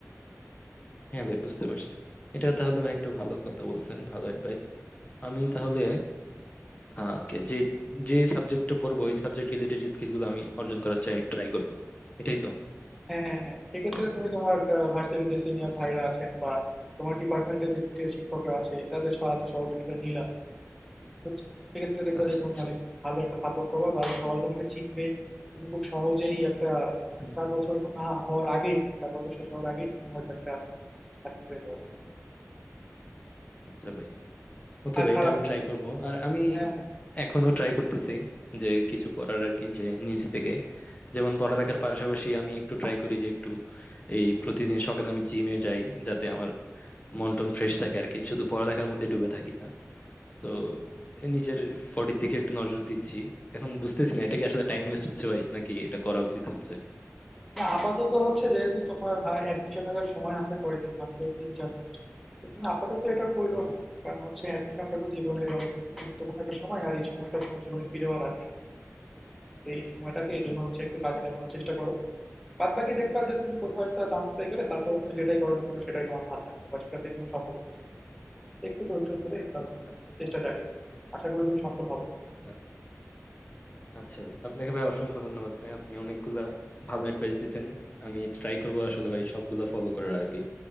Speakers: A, on the left (about 30°); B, in the centre.
A: হ্যাঁ ভাই বুঝতে পারছি এটা তাহলে ভাই একটা ভালো কথা বলছেন ভালো অ্যাডভাইস আমি তাহলে আহ, ওকে যে যে সাবজেক্টটা পড়বো ওই সাবজেক্ট রিলেটেড স্কিল গুলো আমি অর্জন করার চাই ট্রাই করব এটাই তো
B: হ্যাঁ হ্যাঁ হ্যাঁ সেক্ষেত্রে তুমি তোমার ভার্সিটির যে সিনিয়র
A: আচ্ছা
B: ভাইরা আছেন বা তোমার ডিপার্টমেন্টের যে শিক্ষকরা আছে তাদের সাহায্য সহযোগিতা নিলা বুঝছো সেক্ষেত্রে দেখবা
A: আচ্ছা
B: যে তুমি
A: আচ্ছা
B: অনেক ভালো একটা সাপোর্ট পাবা বা সবাই তোমাকে চিনবে তুমি খুব সহজেই একটা মানে
A: হুম
B: চার
A: হুম।
B: বছর না হওয়ার আগেই চার বছর শেষ হওয়ার আগেই তুমি হয়তো একটা চাকরি পেয়ে যাবে
A: আচ্ছা ভাই ওকে
B: আর
A: ভাই
B: খারাপ
A: এটা আমি ট্রাই করব আর আমি
B: হ্যাঁ হ্যাঁ
A: এখনো ট্রাই করতেছি যে কিছু করার আর কি যে নিজ থেকে যেমন পড়ালেখার পাশাপাশি আমি একটু ট্রাই করি যে একটু এই প্রতিদিন সকালে আমি জিমে যাই যাতে আমার মন টন ফ্রেশ থাকে আর কি শুধু পড়ালেখার মধ্যে ডুবে থাকি না তো নিজের বডির দিকে একটু নজর দিচ্ছি এখন বুঝতেছি না এটা কি আসলে টাইম ওয়েস্ট হচ্ছে ভাই নাকি এটা করা উচিত হচ্ছে
B: না, আপাতত হচ্ছে যেহেতু তোমার অ্যাডমিশনের সময় আছে কয়দিন মাত্র তিন চার মাস তো তুমি আপাতত এটা করো
A: হুম
B: না কারণ হচ্ছে অ্যাডমিশনটা তো জীবনের অনেক গুরুত্বপূর্ণ একটা সময় আর এই সময়টা তোমার জীবনে ফিরে আর আসবে না তো এই সময়টাকে এই
A: হুম
B: জন্য
A: হুম।
B: হচ্ছে একটু কাজে লাগানোর চেষ্টা করো বাদবাকি দেখবা যে তুমি কোথাও
A: আচ্ছা
B: একটা চান্স পেয়ে গেলে তারপরে তুমি যেটাই করো না কেন সেটাই তোমার ভালো লাগবে বা সেটাতে তুমি সফল হচ্ছে একটু ধৈর্য ধরে এই কারণে
A: আচ্ছা
B: চেষ্টা চালিয়ে যাও আশা করি তুমি সফল হবে
A: আচ্ছা আচ্ছা ভাই আপনাকে ভাই অসংখ্য ধন্যবাদ ভাই আপনি অনেকগুলা ভালো অ্যাডভাইস দিচ্ছেন আমি ট্রাই করবো আসলে ভাই সবগুলা ফলো করার আর কি